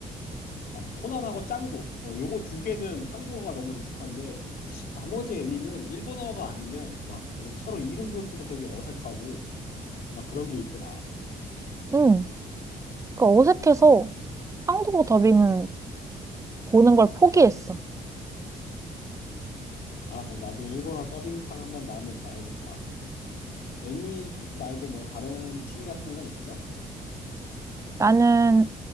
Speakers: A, on the left (about 70°); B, on the right (about 20°).
A: 맞아, 코난하고 짱구. 어, 요거 두 개는 한국어가 너무 익숙한데 나머지 애니는 일본어가 아니면 막 그냥 서로 이름 부를 때도 되게 어색하고 막 그런 게 있더라.
B: 응. 그 어색해서 한국어 더빙은 보는 걸 포기했어.
A: 아, 나 나중에 일본어 더빙판 한번 나오면 봐야겠다. 애니 말고 뭐 다른 취미 같은 건 있어?
B: 나는,